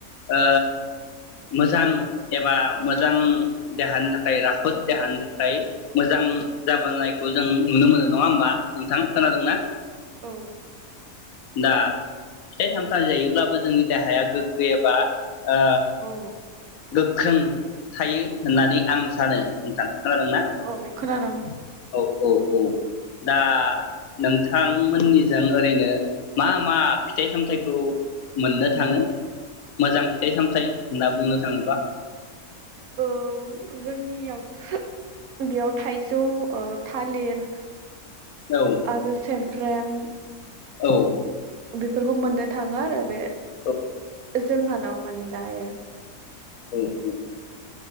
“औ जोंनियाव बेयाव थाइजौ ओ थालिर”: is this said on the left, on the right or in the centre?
Right